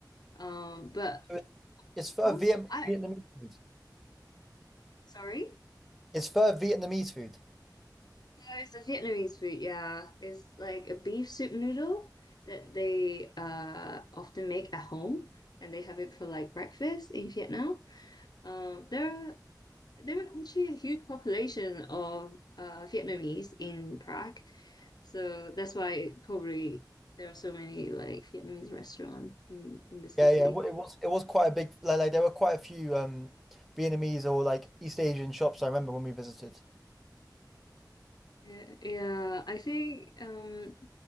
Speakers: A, on the left; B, in the centre.
A: Um, but
B: so it's, it's Pho
A: also
B: Vietnam
A: I
B: Vietnamese food.
A: sorry.
B: It's Fur Vietnamese food.
A: No, it's a Vietnamese food, yeah. It's like a beef soup noodle that they uh often make at home and they have it for like breakfast in Vietnam. Um there are there are actually a huge population of uh Vietnamese in Prague. So that's why it probably there are so many like Vietnamese restaurants in, in the city.
B: Yeah, yeah. wa- It was it was quite a big like, like there were quite a few um Vietnamese or like East Asian shops I remember when we visited.
A: Yeah, yeah. I think um